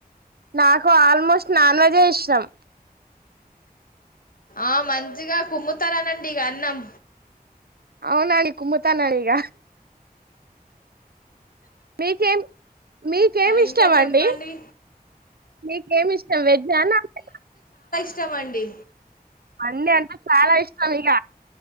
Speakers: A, on the right; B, on the left.
A: నాకు ఆల్మోస్ట్ నాన్ వెజే ఇష్టం
B: ఆ మంచిగా కుమ్ముతారనండి ఇగ అన్నం
A: అవునండి కుమ్ముతానండి ఇగ మీకేం మీకేం ఇష్టం
B: ఇంకా చెప్పండి
A: అండి మీకేం ఇష్టం వెజ్ ఆ నాన్ వెజ్ ఆ
B: ఇచ్చామండి
A: అన్నీ అంటే చాలా ఇష్టం ఇగ